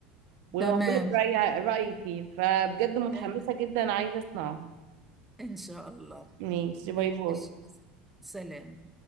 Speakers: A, on the right (about 70°); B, in the centre.
A: وهقول
B: تمام
A: لك رأيي رأيي فيه فبجد متحمسة
B: إن
A: جدا عايزة اسمعه
B: إن شاء الله
A: ماشي
B: ماشي
A: باي باي
B: سلام